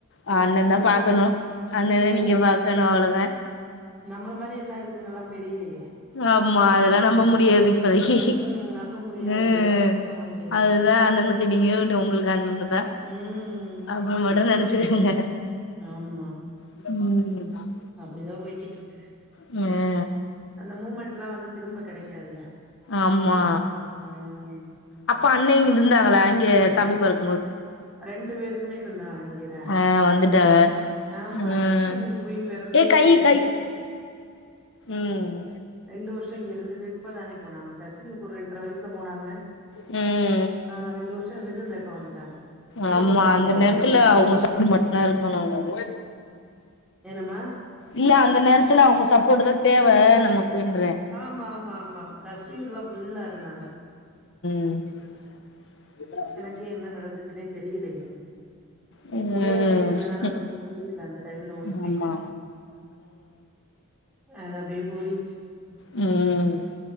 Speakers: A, on the left; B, in the centre.
A: அ அண்ணந்தா பாக்கணு அண்ணண
B: ம்
A: நீங்க பாக்கணு அவ்ள‌த
B: நம்மள மாரி எல்லா இருக்குங்களா தெரிலயே
A: ஆமா அதல்லா நம்ப முடியாது இப்பதக்கி
B: ம் நம்ப முடியாது
A: ம்
B: எதா இருந்தாலு நம்ப முடியாது
A: அதுதா அண்ணனு க்கு நீங்க இங்குட்டு உங்களுக்கு அண்ணண்ணுதா
B: ம்
A: அப்டி மட்டு நெனச்சுக்கங்க
B: ஆமா
A: ம்
B: அப்டிதா போய்கிட்ருக்கு
A: ம்
B: அந்த மூமென்ட்லா வந்து திரும்ப கெடைக்காதுல்ல
A: ஆமா
B: ம்
A: அப்ப அண்ணே இங்குட்டு இந்தாங்களா இங்க தம்பி பொறக்
B: ரெண்டு பேருக்குமே இருந்தாக இங்கதா
A: ஆ வந்துட்டாக
B: ஆமா
A: ம்
B: தஷ்வின் புயு பெறந்து
A: ஏ கை
B: ரெண்டு
A: கை ம்
B: ரெண்டு வர்ஷோ இங்க இருந்துட்டு இப்பதானே போனாங் நம்ம தஷ்வின்க்கு ஒரு ரெண்ட்ற வய்சுல போனாங்க
A: ம்
B: ஆ ரெண்டு வர்ஷோ இருந்துட்டு இந்தா இப்போ வந்துட்டாங்க திரும்ப
A: ஆமா
B: இப்ப போயிருவாங்க
A: அந்த நேரத்துல
B: ரெடி பண்ணிட்டு
A: அவுங்க
B: இருக்
A: சப்போர்ட் மட்டுதா இருக்கணு நல்லது
B: என்னம்மா
A: இல்ல அந்த நேரத்துல அவுங்க சப்போர்ட்டு தா தேவ நமக்குன்றே
B: ஆமாமாமா தஷ்வினுக்ல்லா ஃபுல்லா இருந்தாங்க
A: <inaudible>
B: து என்ன நடந்துச்சுன்னே தெரிலயே
A: ம் ம்
B: முடியாமே இருந்தனால ஒண்ணு புரில அந்த டைம்ல ஒண்ணுமே
A: ஆமா
B: அது அப்டியே போயிருச்சு
A: ம்